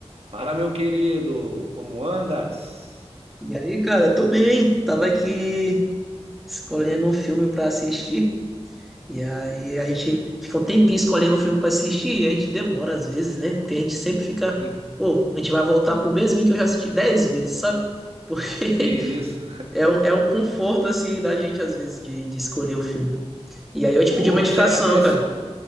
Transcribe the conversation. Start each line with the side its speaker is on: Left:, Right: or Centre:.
Right: Fala, meu querido, como andas?
Centre: E aí, cara, tô bem. Tava aqui escolhendo um filme pra assistir. E aí a gente fica um tempinho escolhendo um filme pra assistir e a gente demora às vezes, né? Porque a gente sempre fica,
Right: E-
Centre: pô, a gente vai voltar pro mesmo que eu já assisti 10 vezes, sabe? Porque
Right: Que
Centre: <laughs>
Right: isso?
Centre: é um, é um conforto, assim, da gente às vezes de, de escolher o filme. E aí eu te
Right: Pô,
Centre: pedi uma indicação,
Right: Jefferson,
Centre: cara.